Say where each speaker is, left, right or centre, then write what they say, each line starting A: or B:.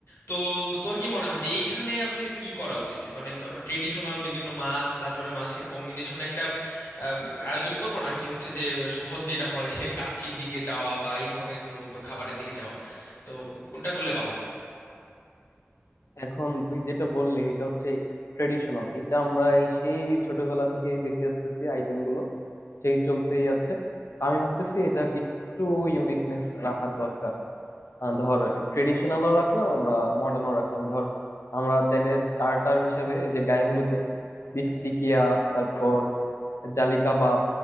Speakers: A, on the left; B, on the left.
A: তো তোর কি মনে হয় যে এইখানে আসলে কি করা উচিত যে মানে আমরা ট্রেডিশনাল বিভিন্ন মাছ তারপরে মাংসের কম্বিনেশন একটা আহ, আয়োজন করব নাকি হচ্ছে যে সহজ যেটা হয় যে কাচ্চির দিকে যাওয়া বা এই ধরনের কোনো খাবারের দিকে যাওয়া তো কোনটা করলে ভালো হয়
B: এখন তুই যেটা বললি এটা হচ্ছে ট্রেডিশনাল এটা আমরা এই সেই ছোটবেলা থেকেই দেখে আসতেছি আইটেম গুলো সেই চলতেই আছে আমি ভাবতেছি এটা কি একটু ইউনিকনেস রাখা দরকার আহ, ধর ট্রেডিশনালও রাখলাম আমরা মডার্নও রাখলাম ধর আমরা চাইলে স্টার্টার হিসাবে ওই যে গায়ে হলুদে বিফ টিকিয়া তারপর জালি কাবাব